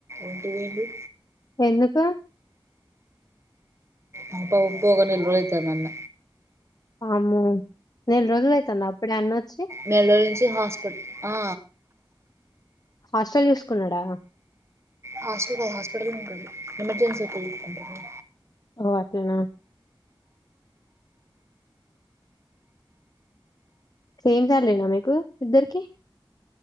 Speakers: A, on the right (about 30°); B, on the left (about 50°).
A: ఒంటిబోయిండు
B: ఎందుకు
A: ఆ పక్కకు నిల్బడొచ్చాడు అన్న
B: ఆమ్మో నెల రోజులైతుందా అప్పుడే అన్న వ
A: నెలరోజుల నుంచి హాస్పిటల్ ఆ
B: హాస్టల్ చూసుకున్నాడా
A: హాస్టల్ కాదు హాస్పిటల్ లో ఉంటడు ఎమర్జెన్సీ కుంటడు
B: ఓ అట్లనా సేమ్ సాలరీనా మీకు ఇద్దరికి